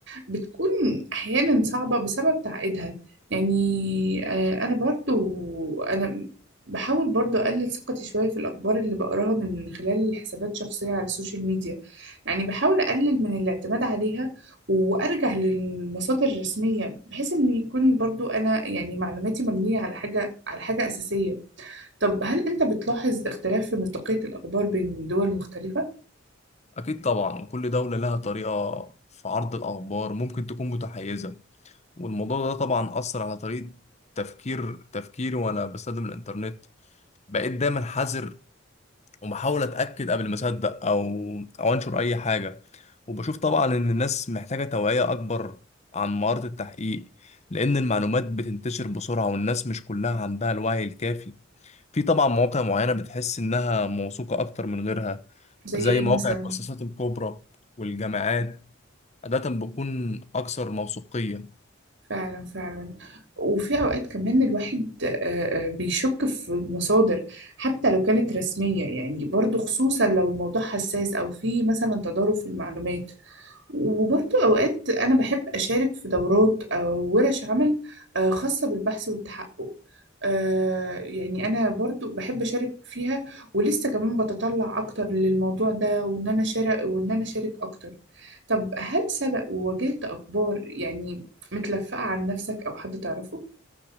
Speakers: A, on the right; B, on the left.
A: بتكون أحيانا صعبة بسبب تعقيدها يعني آه، أنا برضو أنا بحاول برضو أقلل ثقتي شوية في الأخبار اللي بقراها من خلال حسابات شخصية على السوشيال ميديا يعني بحاول أقلل من الاعتماد عليها وارجع للمصادر الرسميه بحيث ان يكون برضو انا يعني معلوماتي مبنيه على حاجه على حاجه اساسيه طب هل انت بتلاحظ اختلاف في مصداقيه الاخبار بين دول مختلفه
B: اكيد طبعا وكل دوله لها طريقه في عرض الاخبار ممكن تكون متحيزه والموضوع ده طبعا اثر على طريقه تفكير تفكيري وانا بستخدم الانترنت بقيت دايما حذر وبحاول اتاكد قبل ما اصدق او او انشر اي حاجه وبشوف طبعا ان الناس محتاجه توعيه اكبر عن مهاره التحقيق لان المعلومات بتنتشر بسرعه والناس مش كلها عندها الوعي الكافي في طبعا مواقع معينه بتحس انها موثوقه اكتر من غيرها
A: زي
B: زي
A: ايه
B: مواقع
A: مثلا
B: المؤسسات الكبرى والجامعات عاده بتكون اكثر موثوقيه
A: فعلا فعلا وفي اوقات كمان الواحد آه، آه، بيشك في المصادر حتى لو كانت رسميه يعني برضو خصوصا لو الموضوع حساس او في مثلا تضارب في المعلومات وبرضه أوقات أنا بحب أشارك في دورات أو ورش عمل آه، خاصة بالبحث والتحقق آه، يعني أنا برضه بحب أشارك فيها ولسه كمان بتطلع أكتر للموضوع ده وإن أنا شارك وإن أنا أشارك أكتر طب هل سبق وواجهت أخبار يعني متلفقة عن نفسك أو حد تعرفه؟